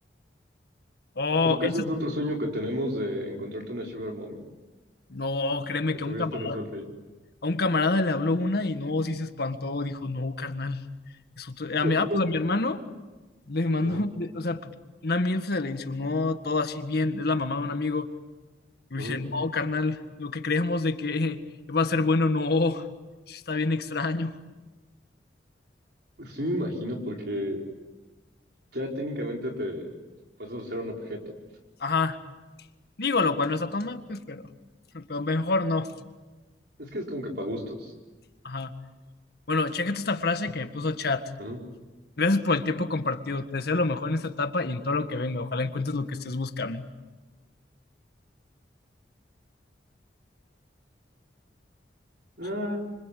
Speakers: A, on the left (about 60°); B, on the right (about 65°).
A: Oh,
B: Creo que
A: eso,
B: ese es otro sueño que tenemos de encontrarte una Sugar Mommy,
A: no, créeme
B: que
A: que
B: todavía
A: a un camarada,
B: esté resuelta ya.
A: a un camarada le habló una y no, sí se espantó, dijo, no, carnal. Es otro-
B: Un
A: a
B: poco.
A: mi, ah, pues a mi
B: <laughs>
A: hermano le mandó,
B: Ajá,
A: le- o sea, una milf se le insinuó todo así bien, es la mamá de un amigo Y
B: ajá.
A: dice, no, carnal, lo que creíamos de que <laughs> iba a ser bueno, no, está bien extraño.
B: Pues Sí me imagino, porque ya técnicamente te pasas a ser un objeto.
A: Ajá, digo, lo cual no está tan mal, pues, pero, pero mejor no.
B: Es que es como que para gustos.
A: Ajá. Bueno, chequete esta frase que me puso chat.
B: Ajá.
A: Gracias por el tiempo compartido. Te deseo lo mejor en esta etapa y en todo lo que venga. Ojalá encuentres lo que estés buscando.
B: Ah,
A: <laughs>